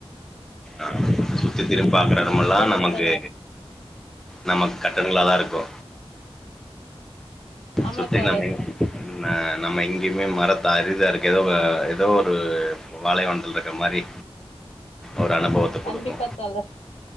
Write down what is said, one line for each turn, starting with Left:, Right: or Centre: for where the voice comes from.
Centre: ஆஹ் சுத்தி திரும்பி பாக்குற எடமெல்லா
Left: சொல்லுங்க
Centre: நமக்கு
Left: சொல்லுங்க
Centre: நம கட்டடங்களாதாருக்கு
Left: ஆமா
Centre: சுத்தி
Left: தோழர்
Centre: நம்ம என்ன நம்ம எங்கேயுமே மரத்த அரிதாருக்கு ஏதோ ஏதோ ஒரு பாலைவனத்திலருக்கிற மாரி ஒரு அனுபவத்த
Left: கண்டிப்பா
Centre: கொடுக்கு
Left: தோழர்